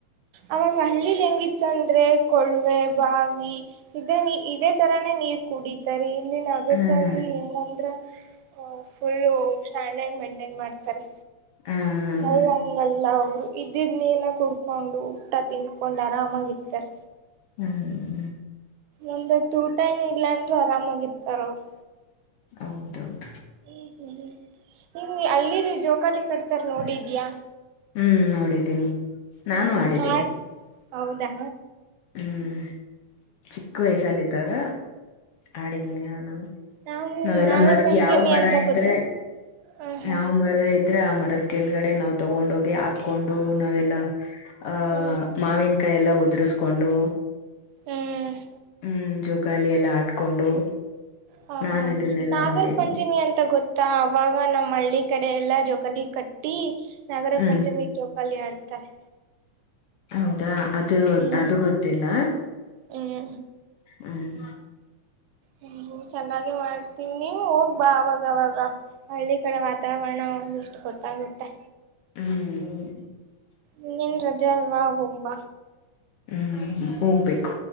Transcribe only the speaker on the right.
ಅವಾಗ ಹಳ್ಳಿಲಿ ಹೆಂಗಿತ್ತುಂದ್ರೆ ಕೊಳ್ವೆ ಬಾವಿ ಇದೇ ಇದೇ ತರಾನೇ‌ ನೀರ್ ಕುಡಿತಾರೆ ಇಲ್ಲಿ ನಗರದಲ್ಲಿ
ಏನಂದ್ರೆ ಫುಲ್ಲ ಸ್ಟ್ಯಾಂಡರ್ಡ್ ಮೇಂಟೈನ್ ಮಾಡ್ತಾರೆ.
ನಲ್ಲಂಗಲ್ಲ <unintelligible> ಇದಿದ್ದ ನೀನ ಕುಡ್ಕೊಂಡು ಊಟ ತಿನ್ಕೊಂಡ್ ಆರಾಮಾಗಿ ಇರ್ತಾರ
ಒಂದತ್ತು ಊಟ ಏನ ಇಲ್ಲ ಅಂದರು ಆರಾಮಾಗಿರ್ತಾರ ಅವರು
ಹ್ಮ್ ಹ್ಮ್ ಹ್ಮ್ ನಿ್ ಹಳ್ಳಿ ಜೋಕಾಲಿ ಕಟ್ತಾರ ನೋಡಿದ್ಯಾಾ
ಹ್ಮ್
ಆ ಹೌದಾ
ನಾವು
ನಾಗರ
ಪಂಚಮಿ
ಅಂತ
ಗೊತ್ತ ಹ್ಮ್ ಹ್ಮ್
ಹ್ಮ್
ಹ್ಮ್
ಹ
ಹಾ
ನಾಗರ
ಪಂಚಮಿ ಅಂತ ಗೊತ್ತ ಅವಾಗ ನಮ್ಮ್ ಹಳ್ಳಿ ಕಡೆ ಎಲ್ಲಾ ಜೋಕಾಲಿ ಕಟ್ಟಿ ನಾಗರ
ಪಂಚಮಿ ಜೋ ಅಲ್ಲಿ ಆಡ್ತಾರೆ
ಹ್ಮ್
ಹ್ಮ್
ಹ್ಮ್ ಚೆನ್ನಾಗಿ ಮಾಡ್ತೀವಿ ನೀವು ಹೋಗ್ಬಾ ಅವಾಗವಾಗ ಹಳ್ಳಿ ಕಡೆ ವಾತಾವರಣ ಒಂದ ಇಷ್ಟು ಗೊತ್ತಾಗುತ್ತೆ
ಇನ್ನೇನ್ ರಜಾ ಅಲ್ವಾ ಹೋಗ್ಬಾ